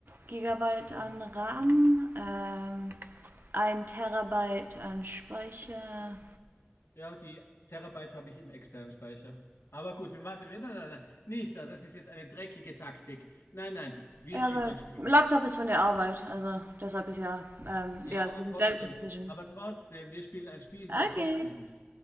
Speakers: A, on the right; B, on the left.
A: Gigabyte an RAM, ähm, 1 Terabyte an Speicher.
B: Ja, die Terabyte habe ich im externen Speicher. Aber gut, wir warten. wir- Nein, nein, nein. Nicht da. Das ist jetzt eine dreckige Taktik. Nein, nein. Wir
A: Ja,
B: spielen
A: der
B: ein Spiel.
A: Laptop ist von der Arbeit, also deshalb ist ja, ähm,
B: Ja,
A: ja, es
B: aber
A: ist
B: trotzdem.
A: ein Dell Precision.
B: Aber trotzdem, wir spielen ein Spiel. Du
A: Okay.
B: entkommst mir nicht.